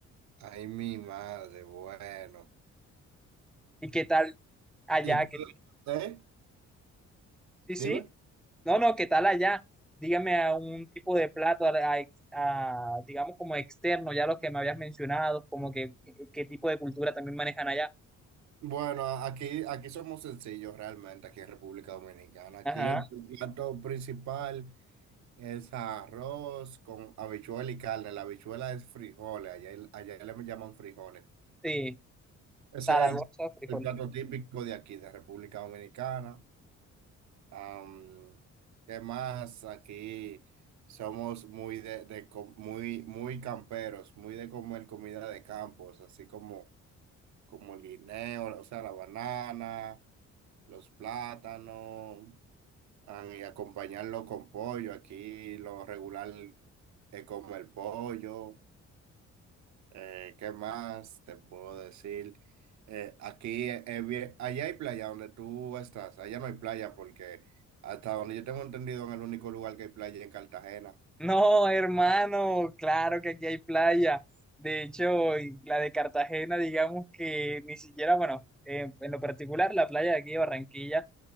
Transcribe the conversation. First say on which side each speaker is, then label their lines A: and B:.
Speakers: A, on the right; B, in the centre.
A: Ay, mi madre, bueno.
B: ¿Y qué tal allá?
A: ¿Y
B: Que,
A: ¿Eh?
B: sí, sí.
A: Dime.
B: No, no, ¿qué tal allá? Dígame a un tipo de plato, a, a ex- a, digamos como externo, ya lo que me habías mencionado, como que qué tipo de cultura también manejan allá.
A: Bueno, aquí, aquí somos sencillos realmente, aquí en República Dominicana. Aquí
B: Ajá,
A: el plato principal es arroz con habichuela y carne. La habichuela es frijoles, allá, allá le llaman frijoles.
B: sí,
A: Ese
B: Zaragoza,
A: es el,
B: frijol.
A: el plato típico de aquí, de República Dominicana. Am, ¿qué más? Aquí somos muy, de, de co- muy, muy camperos, muy de comer comida de campos, así como... como el guineo, o sea, la banana, los plátanos, ah, y acompañarlo con pollo. Aquí lo regular es como el pollo. Eh, ¿qué más te puedo decir? Eh, aquí, es bien- allá hay playa donde tú estás, allá no hay playa porque hasta donde yo tengo entendido en el único lugar que hay playa es en Cartagena.
B: No, hermano, claro que aquí hay playa. De hecho, y la de Cartagena, digamos que ni siquiera, bueno, eh, en lo particular, la playa de aquí de Barranquilla.